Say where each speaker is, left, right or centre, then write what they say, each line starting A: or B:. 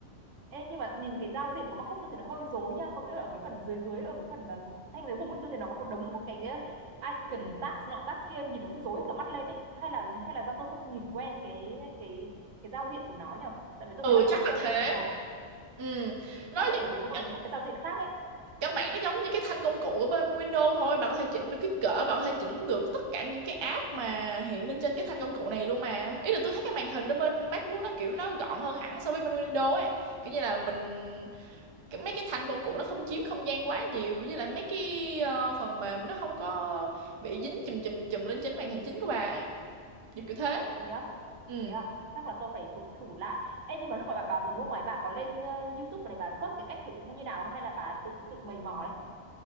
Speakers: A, on the right; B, on the right.
A: Ê, nhưng mà nhìn cái giao diện của MacBook tôi thấy nó hơi rối nha có nghĩa là ở cái phần dưới dưới ở cái phần mà thanh dưới cùng ấy tôi thấy nó có một đống các cái icon tab nọ tab kia nhìn nó cũng rối cả mắt lên ấy hay là hay là do tôi không nhìn quen cái cái cái giao diện của nó nhở tại vì tôi
B: ừ
A: thấy nó có
B: chắc
A: một cái
B: là
A: giao
B: thế
A: diện tổng hợp
B: ừ nó
A: xong rồi
B: giống
A: ở dưới có một đống các cái giao diện khác ấy
B: căn bản nó giống như cái thanh công cụ ở bên Windows thôi bạn có thể chỉnh được kích cỡ bạn có thể chỉnh được tất cả những cái app mà hiện lên trên cái thanh công cụ này luôn mà ý là tôi thấy cái màn hình ở bên MacBook nó kiểu nó gọn hơn hẳn so với bên Windows ấy kiểu như là mình cái, mấy cái thanh công cụ nó không chiếm không gian quá nhiều với lại mấy cái ờ, phần mềm nó không có bị dính chùm chùm chùm lên trên cái màn hình chính của bà ấy kiểu kiểu thế
A: thế á
B: ừ
A: thế à chắc là tôi phải thử, thử lại Ê, nhưng mà lúc mà bà, bà vừa mua máy bà có lên ờ, YouTube để bà search cái cách sử dụng hay như nào không hay là bà tự tự mày mò đấy